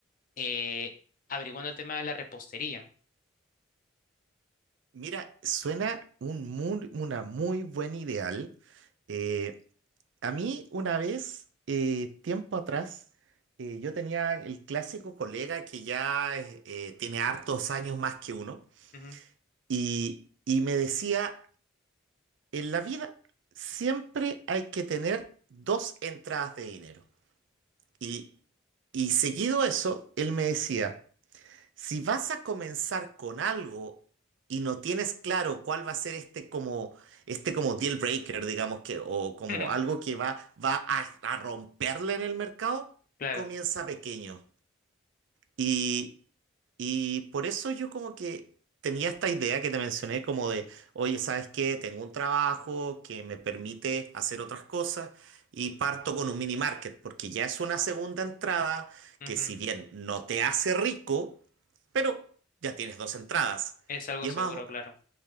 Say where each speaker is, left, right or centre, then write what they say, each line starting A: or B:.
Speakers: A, on the left (about 40°); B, on the right (about 65°).
A: eh, averiguando el tema de la repostería.
B: Mira, suena un muy- una muy buen ideal. Eh, a mí una vez, eh, tiempo atrás, eh, yo tenía el clásico colega que ya es- eh, tiene hartos años más que uno
A: Ujú,
B: y, y me decía, en la vida siempre hay que tener dos entradas de dinero. Y, y seguido eso, él me decía, si vas a comenzar con algo y no tienes claro cuál va a ser este como este como deal breaker, digamos que o como
A: <laughs>
B: algo que va va a, a romperle en el mercado,
A: Claro,
B: comienza pequeño. Y, y por eso yo como que tenía esta idea que te mencioné como de, oye, ¿sabes qué? Tengo un trabajo que me permite hacer otras cosas y parto con un mini market, porque ya es una segunda entrada
A: ujú,
B: que si bien no te hace rico, pero ya tienes dos entradas.
A: Es algo
B: Y
A: seguro,
B: es más,
A: claro.